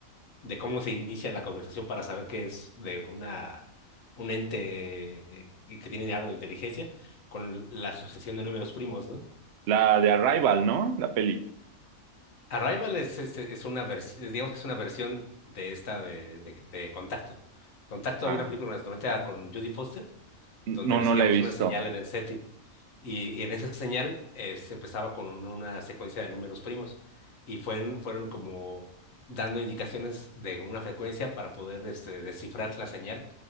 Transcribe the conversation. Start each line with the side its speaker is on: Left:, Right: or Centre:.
Left: de cómo se inicia la conversación para saber que es de una un ente eh, que tiene algo de inteligencia con la asociación de números primos, ¿no?
Right: La de Arrival, ¿no? La peli.
Left: Arrival es, es, es una versión, digamos que es una versión de esta de, de, de Contacto. Contacto
Right: Ah,
Left: había una película en los 90 con Judy Foster,
Right: n-
Left: donde
Right: no,
Left: recibíamos
Right: no la he visto.
Left: una señal en el SETI. Y, y en esa señal eh, se empezaba con una secuencia de números primos y fueron, fueron como dando indicaciones de una frecuencia para poder este, descifrar la señal